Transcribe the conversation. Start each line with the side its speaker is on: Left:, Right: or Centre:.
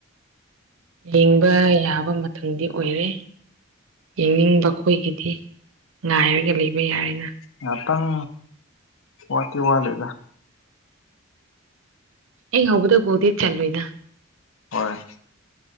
Right: ꯌꯦꯡꯕ ꯌꯥꯕ ꯃꯇꯝꯗꯤ ꯑꯣꯏꯔꯦ ꯌꯦꯡꯅꯤꯡꯕ ꯈꯣꯏꯒꯤꯗꯤ ꯉꯥꯏꯔꯒ ꯂꯩꯕ ꯌꯥꯔꯦꯅ
Left: ꯉꯥꯇꯪ ꯋꯥꯠꯇꯤ ꯋꯥꯠꯂꯤꯗ
Right: ꯍꯦꯛ ꯍꯧꯕꯗ ꯒꯣꯜꯗꯤ ꯆꯜꯂꯣꯏꯗꯥ
Left: ꯍꯣꯏ